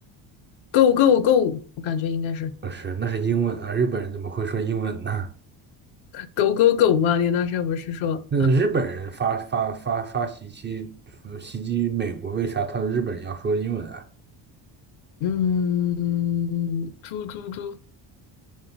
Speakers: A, on the left (about 75°); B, on the right (about 25°).
A: ？Go go go，我感觉应该是
B: 不是，那是英文啊，日本人怎么会说英文呢？
A: 狗狗狗嘛。你那时候不是说，
B: 那日本人发发发发袭击袭击美国，为啥他日本人要说英文啊？
A: 嗯，猪猪猪